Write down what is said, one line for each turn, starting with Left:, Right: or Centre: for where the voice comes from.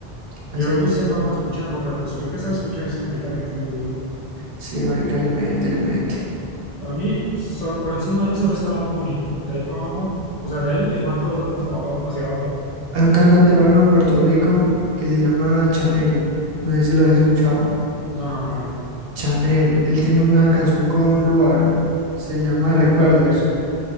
Right: Hace
Left: Yo era
Right: canciones-
Left: muy cerrado para escucharlo, pero pues fue empezar a escuchar y ese marica le mete muy duro.
Right: Sí, marica, le mete, le mete.
Left: Para mí, pues, sol- por encima de él solo está Bad Bunny. De ahí para abajo, o sea, de ahí él va todos los demás para abajo, hacia abajo.
Right: Hay un cantante, mano, en Puerto Rico que se llama Chanel. No sé si lo has escuchado.
Left: No, no, nada.
Right: Chanel, él tiene una canción con Luar. Se llama Recuerdos.
Left: Con Anuar la